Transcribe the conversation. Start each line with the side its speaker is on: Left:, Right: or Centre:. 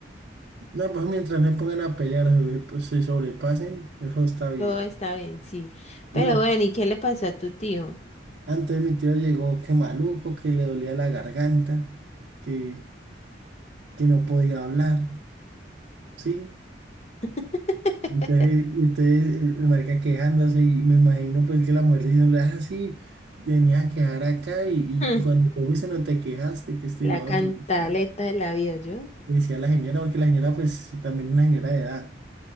Right: No, pues mientras no se pongan a pelear, se pues, se sobrepasen, eso está bien.
Left: todo está bien, sí. Pero
Right: No,
Left: bueno, ¿y qué le pasó a tu tío?
Right: antes mi tío llegó que maluco, que le dolía la garganta, que, que no podía hablar, ¿sí?
Left: <laughs>
Right: Entonces, entonces el marica quejándose y me imagino pues que la mujer diciéndole, ah, sí, venía a quejar acá y,
Left: Mm,
Right: y cuando te fuiste no te quejaste, que esto
Left: La
Right: y lo otro.
Left: cantaleta
Right: y ya.
Left: de la vida, ¿yo?
Right: Le decía a la señora, porque la señora pues también una señora de edad.